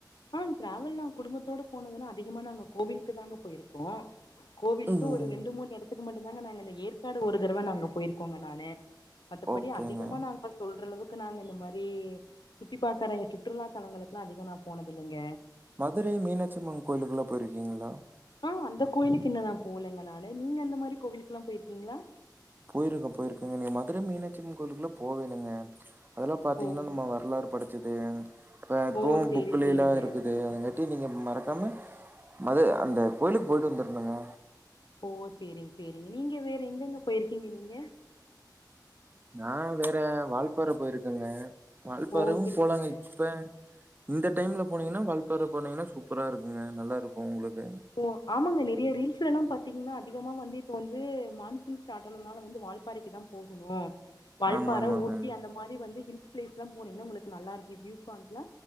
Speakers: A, on the left; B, on the right.
A: ஆ ட்ராவல் நான் குடும்பத்தோட போனதுன்னா அதிகமா நாங்க கோவிலுக்கு தாங்க போயிருக்கோம். ருக்கும் கோவிலுக்கு
B: ம்
A: ஒரு ரெண்டு மூணு இடத்துக்கு மட்டும்தாங்க நாங்க இந்த ஏற்காடு ஒரு தடவை நாங்க போயிருக்கோங்க நானு மத்தபடி
B: ஓகேங்க
A: அதிகமா நாங்க சொல்ற அளவுக்கு க்கு நாங்க இந்த மாரி சுத்தி பாக்குற சுற்றுலா தலங்களுக்கெல்லா அதிக போனதில்லிங்க
B: மதுரை மீனாட்சி அம்மன் கோயிலுக்குல்ல போயிருக்கீங்களா
A: ஆஹ் அந்த கோவிலுக்கு இன்னு நா போனதுலிலங்க நானு நீங்க அந்த மாரி கோவிலுக்கு எல்லா போயிருக்கீங்களா
B: போயிருக்க போயிருக்கங்க நீங்க மதுரை மீனாட்சி அம்மன் கோவிலுக்குள்ள போவேணுங்க அதெல்லா பாத்தீங்கன்னா
A: ஓ
B: நம்ம வரலாறு படச்சது து இப்ப இப்போ
A: ஓ சேரி
B: புக்குலில்லா
A: சேரிங்க
B: இருக்குது நீங்க மறக்காம மது அந்த கோயிலுக்கு போயிட்டு வந்துருனுனங்க
A: ஓ சேரிங்க சேரிங்க நீங்க வேற எங்கெங்க போயிருக்கீங்க நீங்க
B: நா வேற வால் ப்பாற போயிருக்கங்க வால் பாறவு
A: ஓ சேரிங்க
B: போலாங்க இப்ப இந்த டைம்ல போனீங்கன்னா வால்பாறை போனீங்கன்னா சூப்பரா இருக்குங்க நல்லா இருக்கு உங்குளுக்கு
A: ஓ ஆமாங்க நெறைய ரீல்ஸ்ல எல்லா பாத்தீங்கன்னா அதிகமா வந்து இப்ப வந்து மான்சூன் ஸ்டார்ட் ஆனதுனால வந்து வால் பாறைக்கு தா போகணு வால்பாற
B: ஆமாமாங்க.
A: ஊட்டி அந்த மாரி வந்து ஹில் பிளேஸ்லாம போனீங்கா உங்களுக்கு நல்லா இருக்குயூாயண்ட்ல